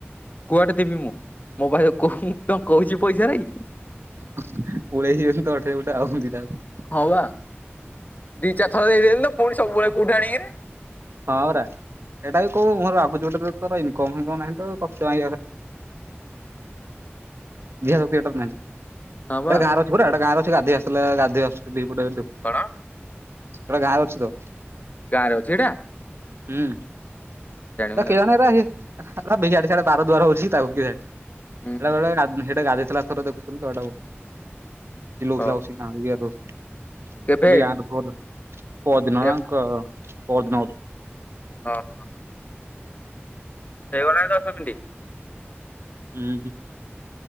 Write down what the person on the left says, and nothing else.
କୁଆଟେ ଦେବି ମୁଁ ମୋ ପାଖରେ କୋଉ ହୁଁ ମୁଁତ କହୁଚି ପଇସା ନାଇଁ
ହଉ ବା ଦି ଚାରି ଥର ଦେଇଦେଲି ତ ପୁଣି ସବୁବେଳେ କୋଉଠି ଆଣିକିରି
ହଁ ବା
କଣ?
ଗାଁରେ ଅଛି ହେଇଟା?
ମୁଁ
ଜାଣିନି
ହୁଁ
ହୁଁ
ହଉ
କେବେ
କେ
ହଁ ହଁ। ହେଇଗଲାଣି ଦଶ ମିନିଟ୍।